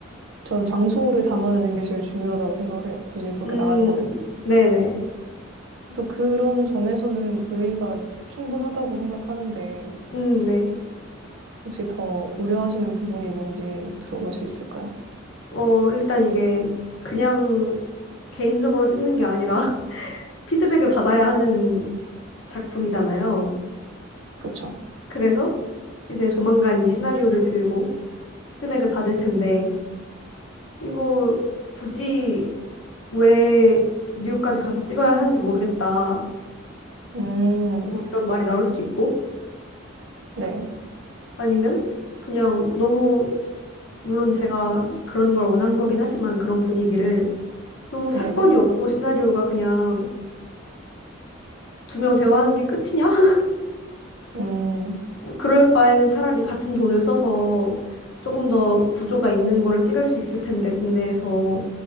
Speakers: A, on the right; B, on the left.
A: 전 장소를 담아내는 게 제일 중요하다고 생각을 해요. 굳이 그렇게
B: 음
A: 나갈 거면.
B: 네네
A: 그래서 그런 점에서는 의의가 충분하다고 생각하는데
B: 음 네
A: 혹시 더 우려하시는 부분이 뭔지 들어볼 수 있을까요?
B: 어 일단 이게 그냥 개인적으로 찍는 게 아니라 <laughs> 피드백을 받아야 하는 작품이잖아요
A: 그쵸?
B: 그래서 이제 조만간 이 시나리오를 들고 피드백을 받을 텐데 이거 굳이 왜 뉴욕까지 가서 찍어야 하는지 모르겠다.
A: 음,
B: 뭐 이런 말이 나올 수도 있고
A: 네,
B: 아니면 그냥 너무 물론 제가 그런 걸 원한 거긴 하지만 그런 분위기를 너무 사건이
A: 네,
B: 없고 시나리오가 그냥 두 명 대화하는 게 끝이냐? <laughs>
A: 음,
B: 그럴 바에는 차라리 같은 돈을 써서 조금 더 구조가 있는 거를 찍을 수 있을 텐데 국내에서